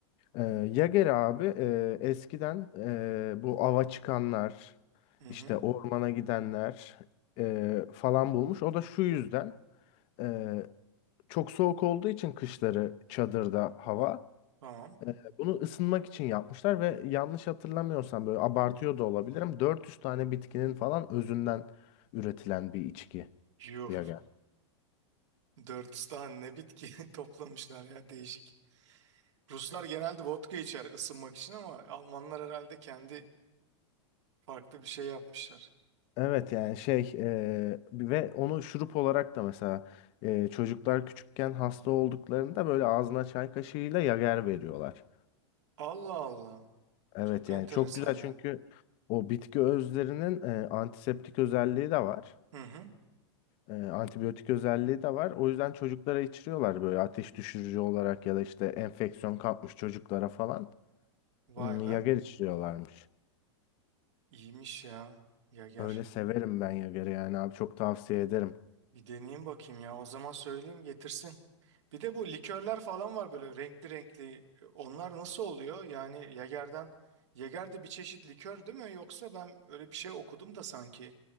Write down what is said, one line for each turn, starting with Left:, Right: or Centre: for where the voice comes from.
Left: Ee, Yager abi e, eskiden e, bu ava çıkanlar
Right: Hı hı.
Left: işte ormana gidenler e, falan bulmuş. O da şu yüzden e, çok soğuk olduğu için kışları çadırda hava
Right: Tamam.
Left: e, bunu ısınmak için yapmışlar ve yanlış hatırlamıyorsam böyle abartıyor da olabilirim 400 tane bitkinin falan özünden üretilen bir içki
Right: Yuh.
Left: Yager.
Right: dört tane ne bitki <laughs> toplamışlar ya değişik. Ruslar genelde vodka içer ısınmak için ama Almanlar herhalde kendi farklı bir şey yapmışlar.
Left: Evet yani şey e, ve onu şurup olarak da mesela e, çocuklar küçükken hasta olduklarında böyle ağzına çay kaşığıyla yager veriyorlar.
Right: Allah Allah.
Left: Evet
Right: Çok enteresan
Left: yani çok güzel
Right: ya.
Left: çünkü o bitki özlerinin e, antiseptik özelliği de var.
Right: Hı hı.
Left: E, antibiyotik özelliği de var. O yüzden çocuklara içiriyorlar böyle ateş düşürücü olarak ya da işte enfeksiyon kapmış çocuklara falan.
Right: Vay
Left: Hmm, yager
Right: be.
Left: içiriyorlarmış.
Right: İyiymiş ya. Yager.
Left: Öyle severim ben yageri yani abi çok tavsiye ederim.
Right: Bir deneyeyim bakayım ya. O zaman söyleyeyim getirsin. Bir de bu likörler falan var böyle renkli renkli. Onlar nasıl oluyor? Yani Yager'den Yager de bir çeşit likör değil mi? Yoksa ben böyle bir şey okudum da sanki.